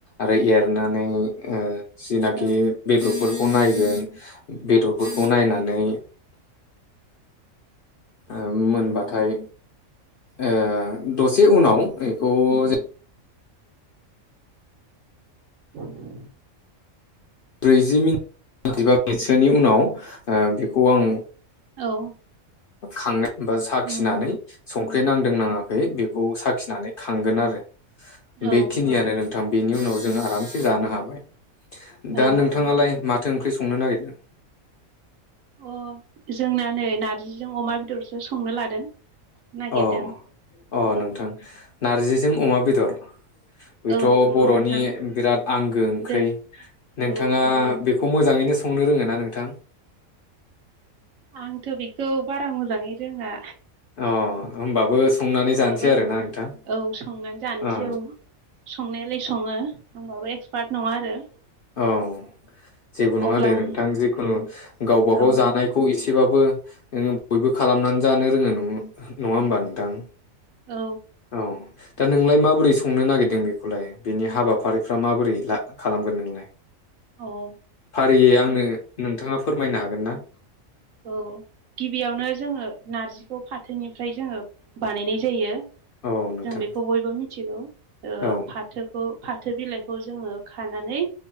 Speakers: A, on the left (about 65°); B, on the right (about 80°).
A: आरो एरनानै ओ जिनाखि
B: औ
A: बेदरफोरखौ नायगोन बेदरफोरखौ नायनानै। ओ मोनबाथाय ओ दसे उनाव बेखौ
B: उम
A: जों।
B: <inaudible>
A: ब्रैजि मिनित जिबा मिनिटसोनि उनाव आह बेखौ आं
B: औ
A: खांनाय बा साखिनानै
B: उम
A: संख्रि नां। दोंनाङाखै बेखौ साखिनानै खांगोन आरो
B: औ
A: बेखिनियानो
B: औ
A: नोंथां बेनि उनाव जों जों आरामसे जानो हाबाय दा
B: औ
A: नोंथाङालाय माथो ओंख्रि संनो नागिरदों।
B: अ जोंना नै नारजिजों अमा बेदरसो संनो लादों नागिरदों
A: अ अ
B: औ
A: नोंथां नारजिजों अमा बेदर। बेथ'
B: औ नंगौ
A: बर'नि
B: नोंथां
A: बिराद आंगो ओंख्रि
B: दो
A: नोंथाङा
B: औ नंगौ
A: बेखौ खौ मोजाङैनो संनो रोंगोना नोंथां।
B: आंथ' बेखौ बारा मोजाङै रोङा
A: अ होमबाबो संनानै
B: अब्लाबो
A: जानोसै आरोना नोंथां
B: औ संनानै जानोसै
A: अ
B: औ संनायालाय सङो ओमबाबो एक्सपार्ट नङा आरो
A: औ जेबो नङा
B: अब्ला
A: दे
B: आं
A: नोंथां जिखुनु गावबा
B: औ
A: गाव जानाय खौ एसेबाबो ओम बयबो खालामनानै जानो रोङो नं नङा ओमबा नोंथां।
B: औ
A: औ दा नोंलाय माबोरै संनो नागिरदों बेखौलाय बेनि हाबाफारिफ्रा माबोरै ला खालामगोन नोंलाय।
B: औ
A: फारियै आंनो नोंथाङा फोरमायनो हागोन ना
B: औ गिबियावनो जोङो नारजिखौ फाथोनिफ्राय जोङो बानायनाय जायो।
A: औ नोंथां
B: जों बेखौ बयबो मिथिगौ ओ फाथ
A: औ
B: फाथोखौ फाथो बिलाइखौ जोङो खानानै।